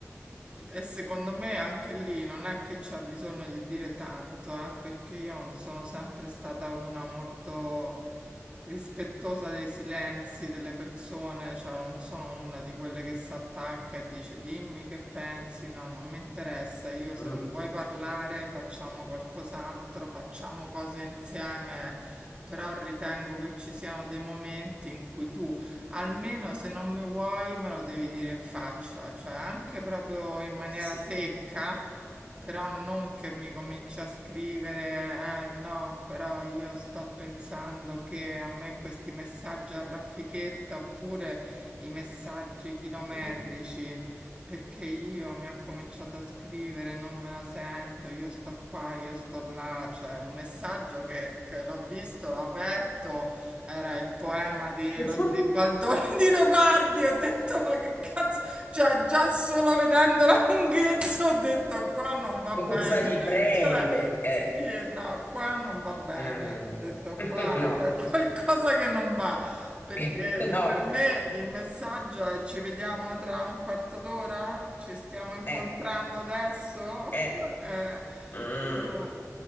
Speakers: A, on the right; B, on the left.
A: E secondo me anche lì non è che c'è bisogno di dire tanto, eh, perché io non sono sempre stata una molto rispettosa dei silenzi delle persone, cioè non sono una di quelle che si attacca e dice dimmi che pensi, no, non mi interessa, io
B: Mm.
A: se non vuoi parlare facciamo qualcos'altro, facciamo cose insieme, però ritengo che ci siano dei momenti in cui tu almeno se non mi vuoi me lo devi dire in faccia, cioè anche proprio in maniera
B: Sì.
A: secca, però non che mi cominci a scrivere, eh no, però io sto pensando che a me questi messaggi a raffichetta oppure i messaggi chilometrici.
B: Mm.
A: Perché io mi ha cominciato a scrivere, non me la sento, io sto qua, io sto là, cioè un messaggio che, che l'ho visto, l'ho aperto, era il poema di
B: <laughs>
A: Lo Zibaldone <laughs> di Leopardi. Ho detto, ma che cazzo? Cioè, già solo vedendo la lunghezza ho detto, qua non va bene.
B: Cosa gli prende?
A: <laughs> Cioè,
B: Eh,
A: sì, no, qua non va bene.
B: no,
A: Ho detto,
B: <laughs>
A: qua
B: no,
A: c'è qualcosa che non va. Perché
B: <laughs> no,
A: per me il messaggio è ci vediamo tra un quarto d'ora? Ci stiamo incontrando
B: eh,
A: adesso?
B: eh,
A: <laughs> Eh,
B: mm,
A: no.